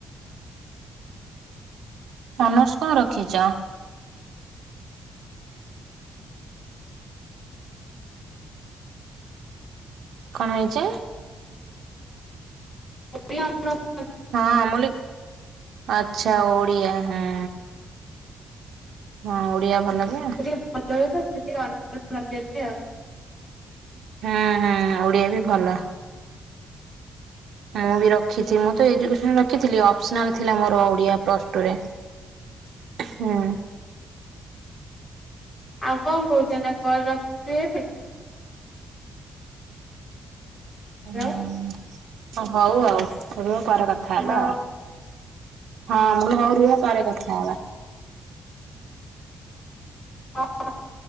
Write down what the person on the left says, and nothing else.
<inaudible>
ଭଲ ହୁଏ ତ ସେ ଅନର୍ସ ରଖିଦେଲି ଆଉ।
ଆଉ କଣ କହୁଚ ନା କଲ ରଖିଦେବି ଏବେ। ହ୍ୟାଲୋ
ହ୍ୟାଲୋ।
ହଁ, ହ।